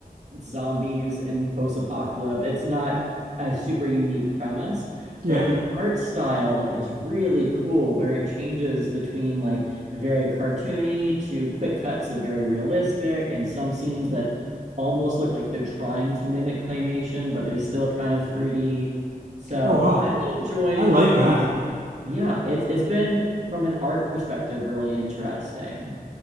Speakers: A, on the right; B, on the right.
A: zombies and post-apocalypse. It's not a super unique premise,
B: Yeah.
A: but the art style is really cool where it changes between like very cartoony to quick cuts of very realistic and some scenes that almost look like they're trying to mimic claymation, but they're still kind of 3D. So
B: Oh wow.
A: I've been enjoying,
B: I like that.
A: yeah, it's it's been from an art perspective really interesting.